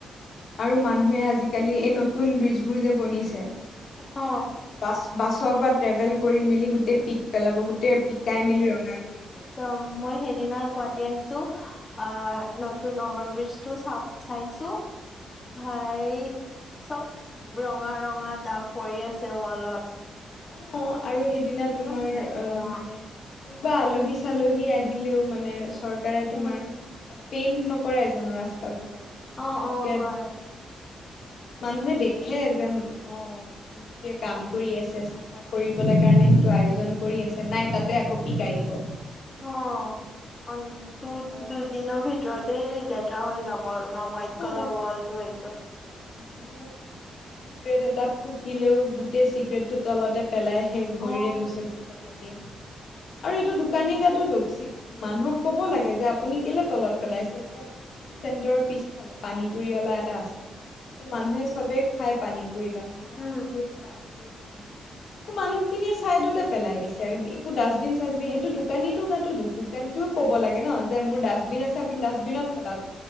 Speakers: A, on the left; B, on the left.
A: আৰু মানুহে আজিকালি এই নতুন ব্ৰিজ বোৰ যে বনিছে
B: অ
A: বাছ বাছৰ পৰা ট্ৰেভেল কৰি মেলি গোটেই পিক পেলাব গোটেই পিকাই মেলি ৰঙা কৰি দিয়ে।
B: তম মই সেইদিনা গুৱাহাটী আহিছো আহ নতুন অভাৰ ব্ৰিজ টো চা চাইছো ভাই চব ৰঙা ৰঙা দাগ পৰি আছে ৱালত।
A: অ আৰু সেইদিনা
B: ইমান
A: তোমাৰ
B: লেতেৰা।
A: আহ মানে কোনোবা আলহী চালহী আহিলেও মানে চৰকাৰে তোমাৰ
B: উম
A: পেইন্ট নকৰে জানো ৰাস্তাাবোৰ আকৌ নতুনকে
B: অ অ কৰে
A: মানুহে দেখে যে অ মিস্ত্ৰীয়ে কাম কৰি আছে। চাফা কৰিবলৈ কাৰণে সেইটো আয়োজন কৰি আছে, নাই তাতে আকৌ পিকাই দিব।
B: অ, অন তু দুইদিনৰ ভিতৰতে লেতেৰা হৈ যাব আৰু মা হোৱাাইট
A: অ
B: কালাৰ ওৱাল টো একদ
A: দুদিনৰ চিগৰেট এটা ফুকিলেও গোটেই চিগাৰেট টো তলতে পেলাই সেই ভৰিৰে
B: অ।
A: গুচকি পেলাই দিয়ে। আৰু এইটো দোকানীৰ
B: উম
A: গাতো দোষ মানুহক কব লাগে যে আপুনি কেলে তলত পেলাইছে, এতিয়া চিটি চেণ্টাৰৰ পিছফালে পানী পুৰি অলা এটা আছে। ত মানুহে চবে খাই পানী পুৰি তাৰপিছতেই সেইদিনা
B: উম
A: আমিও গৈছো পানী পুৰি খাম বুলি মানুহ খিনিয়ে ছাইডতে পেলাই দিছে একো ডাষ্টবিন চাষ্টবিন, সেইটো দোকানীটো গাতো দুখ। তেন্তটোৰ ক'ব লাগে ন যে মোৰ ডাষ্টবিন আছে আপুনি ডাষ্টবিনত পেলাওক।